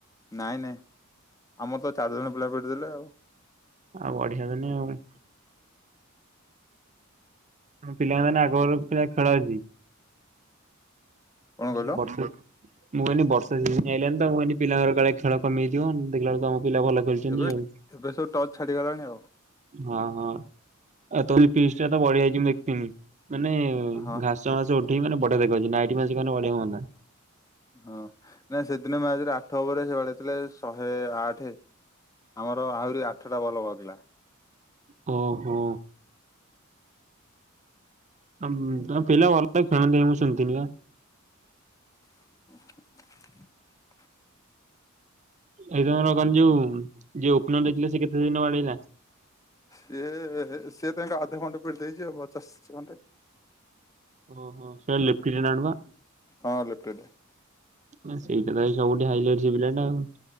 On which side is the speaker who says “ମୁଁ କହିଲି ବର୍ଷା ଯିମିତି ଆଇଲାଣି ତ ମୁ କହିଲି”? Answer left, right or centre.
Right